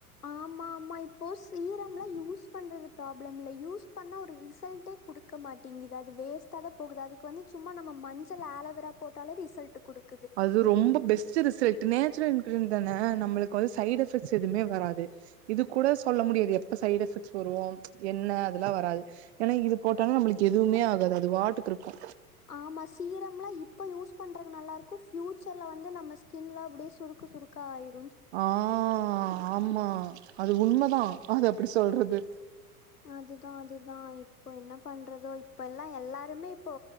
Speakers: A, on the left; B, on the right.
A: ஆமாமா இப்போ சீரம்ல யூஸ் பண்றது ப்ராப்ளம் இல்ல யூஸ் பண்ணா ஒரு ரிசல்டே குடுக்க மாட்டேங்கிது அது வேஸ்ட்டாதா போகுது அதுக்கு வந்து சும்மா நம்ம மஞ்சள் ஆலேவேரா போட்டாலே ரிசல்ட் குடுக்
B: அது ரொம்ப பெஸ்ட் ரிசல்ட் நேச்சர ருந்தனே நம்மளுக்கு வந்து சைடு் எஃபெக்ட்ஸ் எதுமே வராது இதுகூட சொல்ல முடியாது எப்ப சைடு எஃபெக்ட்ஸ் வரும் என்ன அதெல்லா வராது ஏன்னா இது போட்டாலே நம்மளுக்கு எதுவுமே ஆகாது அது வாட்டுக்கிருக்கு
A: ஆமா சீரம்லாம் இப்ப யூஸ் பண்றதுக்கு நல்லாருக்கும் ப்பயூச்சர்ல வந்து நம்ம ஸ்கின்லா அப்டியே சுருக்கு சுருக்கா ஆயிரும்
B: ஆஹ் ஆமா அது உண்மதா அது அப்டி சொல்றது
A: அதுதா அதுதா இப்போ என்ன பண்றதோ இப்ப எல்லா எல்லாருமே இப்போ